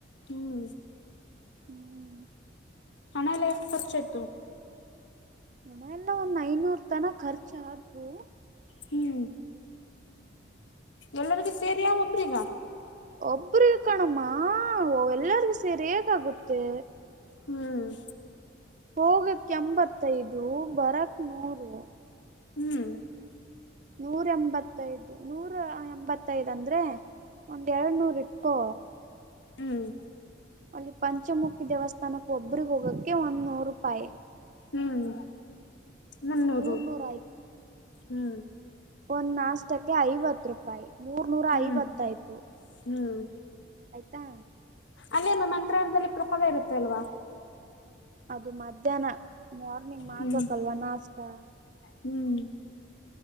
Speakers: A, on the left; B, on the right.
A: ಹ್ಮ್
B: ಹ್ಮ್
A: ಹಣ ಎಲ್ಲ ಎಷ್ಟು ಖರ್ಚ್ ಐತು
B: ಮನ ಎಲ್ಲ ಒಂದ್ ಐನೂರ್ ತನ ಖರ್ಚ ಆದ್ವು
A: ಹ್ಮ್ ಎಲ್ಲರಿಗ ಸರಿ ಒಬ್ರಿಗಾ
B: ಒಬ್ರಗ ಕಣಮ್ಮಾ ಎಲ್ಲರಿಗೂ ಸೇರಿ ಹೇಗ ಆಗುತ್ತೆ
A: ಹ್ಮ್
B: ಹೋಗಕ್ಕೆ ಎಂಬತ್ತೈದು ಬರಕ್ ನೂರು
A: ಹ್ಮ್
B: ನೂರ ಎಂಬತ್ತೈದು ನೂರ ಎಂಬತ್ತೈದ ಅಂದ್ರೆ ಒಂದ್ ಎರಡು ನೂರು ಇಟ್ಟೋ
A: ಹ್ಮ್
B: ಅಲ್ಲಿ ಪಂಚಮುಖಿ ದೇವಸ್ಥಾನಕ್ಕೆ ಒಬ್ರಿಗೆ ಹೋಗಕ್ಕೆ ಒಂದ್ ನೂರು ರೂಪಾಯಿ
A: ಹ್ಮ್ ನನ್ನೂರು
B: ಮೂರ್ ನೂರ
A: ಹ್ಮ್
B: ಒಂದು ನಾಷ್ಟಕ್ಕೆ ಐವತ್ತು ರೂಪಾಯಿ ಮೂರ್ನೂರ
A: ಹ್ಮ್
B: ಐವತ್ತಾಯ್ತು
A: ಹ್ಮ್
B: ಆಯ್ತಾ
A: ಅಲ್ಲೇನು ಮಂತ್ರಾದಲ್ಲಿ ಪ್ರಭಾವೇ ಇರುತ್ತೆ ಅಲ್ವಾ
B: ಅದು ಮಧ್ಯಾಹ್ನ ಮಾರ್ನಿಂಗ್ ಮಾಡ್ಬೇಕಲ್ವಾ
A: ಹ್ಮ್
B: ನಾಷ್ಟತ
A: ಹ್ಮ್